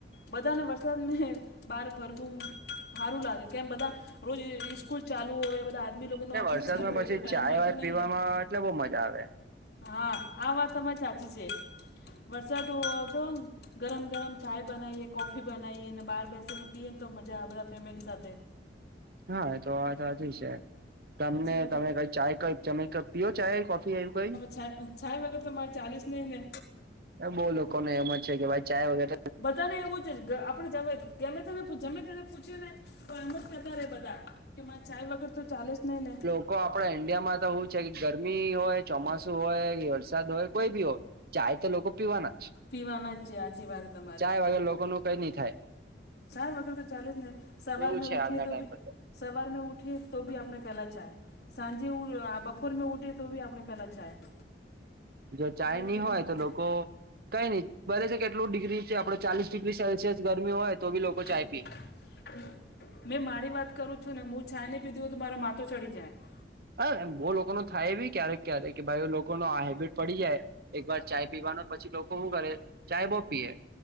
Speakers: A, on the left; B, on the right.
A: બધાને વરસાદ મે બહાર ફરવું હારું લાગે કેમ બધા રોજ સ્કૂલ ચાલુ હોય બધા આદમી લોકોનો
B: ને
A: ઓફિસ
B: વરસાદમાં
A: ચાલુ હોય
B: પછી
A: તો ટાઈમ
B: ચાય
A: મળતો
B: વાય
A: નહીં
B: પીવામાં
A: ને.
B: એટલે બહુ મજા આવે.
A: હા આ વાત તમારી સાચી છે વરસાદ હો તો. ગરમ ગરમ ચાય બનાવીએ કોફી બનાવીએ ને બહાર બેસીને પીએ ને તો મજા બધા ફેમિલી સાથે
B: હા તો વા તો છે. તમને
A: સાચી વાત
B: તમે
A: છે
B: કઈ ચાય કઈ ત પીર ચાય કોફી એું કઈ?
A: ચાચ વગર તો મારે ચાલેજ નિ ને
B: બહુ લોકોને એમ જ છે કે ભાઈ ચાય વગેર
A: બધા ને એવું જે. જ ગમે તનેમે તને પૂછી ને તો એમજ કેતા રે બધા કે મા ચાય વગર તો ચાલેજ નહી ને.
B: લોકો આપણા ઈન્ડિયામાં તો શું છે કે ગરમી હોય ચોમાસુ હોય વરસાદ હોય કોઈ બી હોય ચાય તો લોકો પીવાના જ.
A: પીવાના છે હાચી વાત. તમારી
B: ચાય વાગર લોકો ન કઈ નહી થાય.
A: ચાય વગર તો ચાલે જને સવારમાં
B: એવું છે
A: ઉઠીએ
B: આજના
A: તો
B: ટાઈમ
A: બી
B: પર
A: સવાર મે ઊઠીયે તો ભી આપને પહેલા ચાય સાંજે બપોર મે ઉઊઠ તો ભી આપને પહેલા ચાય
B: જો ચાય નહી
A: વગર
B: હોય
A: નહીં
B: તો લોક કો કઈ નઈ બલે છે કેટલું ડિગ્રી છે આપડ ચાલીસ ડિગ્રી સેલ્સિયસ ગરમી હોય તો બી લોકો
A: <inaudible>
B: ચાય પીએ
A: <inaudible> મેં મારી વાત કરું છું ને હું ચાય નહી પીધી હો તો મારુ માથુ ચડી જાય.
B: હ એમ બહુ લોકો ન થાય એ બી ક્યારેક ક્યારેક કે ભાઈ લોકો ન આ હેબિટ પડી જાય. એક વાર ચાય પીવાનો પછી લોકો શું કરે ચાય બહુ પીએ